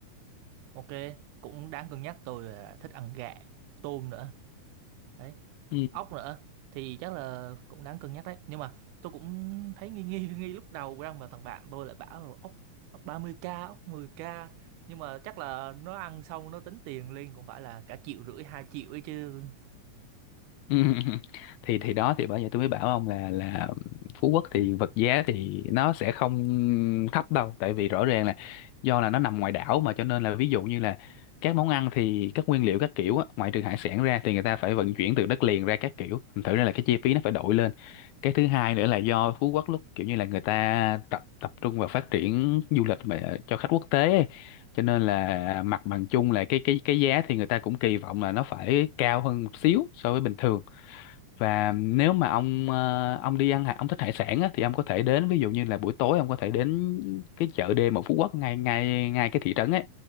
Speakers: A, on the right; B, on the left.
A: ok, cũng đáng cân nhắc tôi là thích ăn gà, tôm nữa. Đấy,
B: Ừ.
A: ốc nữa thì chắc là cũng đáng cân nhắc đấy nhưng mà tôi cũng thấy nghi nghi <laughs> nghi lúc đầu rằng mà thằng bạn tôi lại bảo là ốc ốc ba mươi k ốc mười k nhưng mà chắc là nó ăn xong nó tính tiền liền cũng phải là cả triệu rưỡi hai triệu ấy chứ
B: Ừ. <laughs> thì thì đó thì bởi vậy tôi mới bảo ông là là Phú Quốc thì vật giá thì nó sẽ không thấp đâu tại vì rõ ràng là do là nó nằm ngoài đảo mà cho nên là ví dụ như là các món ăn thì các nguyên liệu các kiểu á, ngoại trừ hải sản ra thì người ta phải vận chuyển từ đất liền ra các kiểu thành thử ra là cái chi phí nó phải đội lên cái thứ hai nữa là do Phú Quốc lúc kiểu như là người ta tập tập trung vào phát triển du lịch mà cho khách quốc tế ấy. cho nên là mặt bằng chung là cái cái cái giá thì người ta cũng kỳ vọng là nó phải cao hơn một xíu so với bình thường và nếu mà ông ờ, ông đi ăn hải- ông thích hải sản á, thì ông có thể đến ví dụ như là buổi tối ông có thể đến cái chợ đêm ở Phú Quốc ngay ngay ngay cái thị trấn ấy